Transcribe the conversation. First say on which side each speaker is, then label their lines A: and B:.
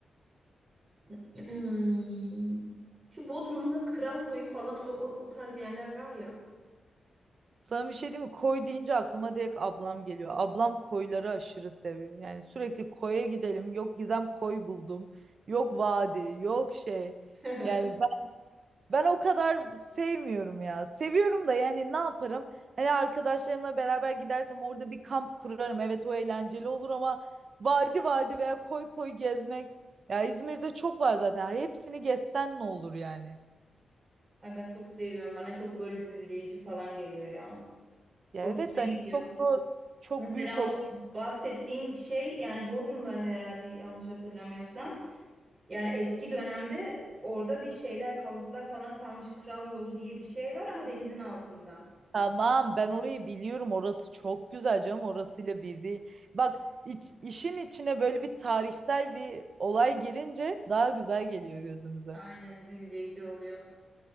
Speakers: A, on the right; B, on the right.
A: <clears throat> Şu Bodrum'da Kral Koyu falan o, o, o tarz yerler var ya.
B: Sana bir şey diyeyim mi? Koy deyince aklıma direkt ablam geliyor. Ablam koyları aşırı seviyor. Yani sürekli koya gidelim. Yok Gizem koy buldum. Yok vadi, yok şey.
A: <laughs>
B: Yani Ben o kadar sevmiyorum ya. Seviyorum da yani ne yaparım? Hani arkadaşlarımla beraber gidersem orada bir kamp kurarım. Evet o eğlenceli olur ama vadi vadi veya koy koy gezmek. Ya İzmir'de çok var zaten. Hepsini gezsen ne olur yani?
A: Ay ben çok seviyorum. Bana çok böyle büyüleyici falan geliyor ya.
B: Ya
A: Hoşuma
B: evet hani
A: gidiyor.
B: çok da çok
A: Mesela
B: büyük olur.
A: o bahsettiğim şey yani Bodrum'daydı herhalde yanlış hatırlamıyorsam. Yani eski dönemde orada bir şeyler kalıntılar falan kalmış. Kral yolu diye bir şey var ama denizin altında.
B: Tamam ben orayı biliyorum. Orası çok güzel canım. Orasıyla bir değil. Bak iç- işin içine böyle bir tarihsel bir olay girince daha güzel geliyor gözümüze.
A: Aynen büyüleyici oluyor.